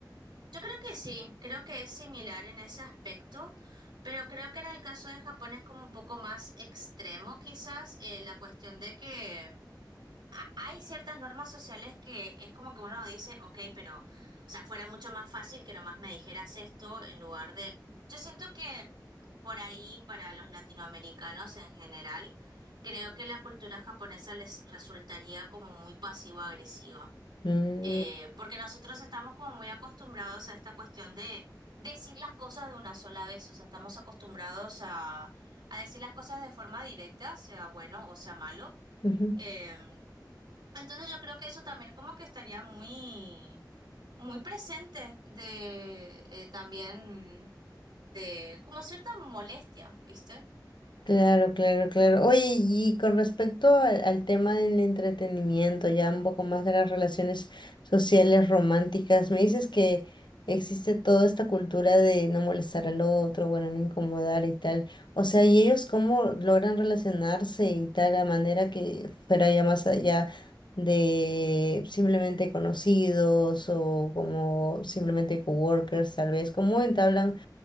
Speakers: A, on the right; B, on the left.
A: Yo creo que sí, creo que es similar en ese aspecto, pero creo que en el caso de Japón es como un poco más extremo quizás, eh, la cuestión de que... a- Hay ciertas normas sociales que es como que uno dice, ok, pero, o sea, fuera mucho más fácil que nomás me dijeras esto en lugar de... Yo siento que por ahí, para los latinoamericanos en general, creo que la cultura japonesa les resultaría como muy pasivo-agresiva,
B: Mm,
A: Eh, porque nosotros estamos como muy acostumbrados a esta cuestión de decir las cosas de una sola vez, o sea, estamos acostumbrados a, a decir las cosas de forma directa, sea bueno o sea malo.
B: ujú.
A: Em, entonces yo creo que eso también como que estaría muy, muy presente de eh, también de como cierta molestia, ¿viste?
B: Claro, claro, claro. Oye, y con respecto al, al tema del entretenimiento, ya un poco más de las relaciones sociales románticas, me dices que existe toda esta cultura de no molestar al otro, bueno, no incomodar y tal. O sea, ¿y ellos cómo logran relacionarse y tal, a manera que fuera ya más allá de simplemente conocidos o como simplemente coworkers, tal vez? ¿Cómo entablan